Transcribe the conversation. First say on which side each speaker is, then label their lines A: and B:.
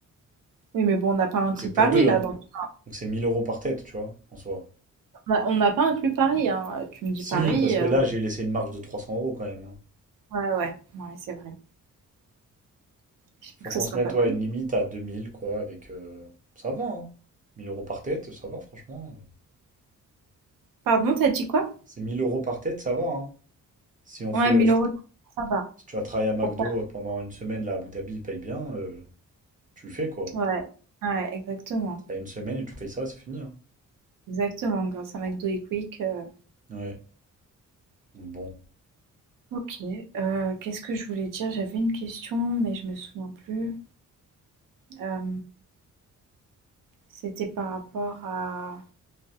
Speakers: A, on the right; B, on the right.
A: Oui, mais bon, on n'a pas inclus
B: Et c'est
A: Paris
B: pour deux,
A: là
B: hein.
A: dans tout ça.
B: Donc c'est 1000 euros par tête, tu vois, en soi.
A: On a- on n'a pas inclus Paris, hein. Tu me dis
B: Si,
A: Paris,
B: parce que
A: euh,
B: là, j'ai laissé une marge de 300 euros quand même. hein.
A: ouais, ouais, ouais, c'est vrai. J'espère
B: Faut
A: que
B: qu'on
A: ce sera
B: se mette
A: pas plus.
B: ouais, une limite à 2000 quoi, avec... euh, Ça va, hein. 1000 euros par tête, ça va, franchement. euh,
A: Pardon, t'as dit quoi?
B: C'est 1000 euros par tête, ça va, hein. Si on
A: Ouais,
B: fait... euh,
A: mille
B: je-
A: euros, ça va.
B: Si tu vas travailler à McDo
A: Pourquoi?
B: euh, pendant une semaine, là, à Abu Dhabi, ils payent bien, euh, tu le fais, quoi.
A: Ouais, ouais, exactement.
B: T'as une semaine et tu payes ça, c'est fini, hein.
A: Exactement, grâce à McDo et Quick. euh.
B: Ouais. Donc bon.
A: Ok, euh, qu'est-ce que je voulais dire? J'avais une question, mais je me souviens plus. Euh, c'était par rapport à...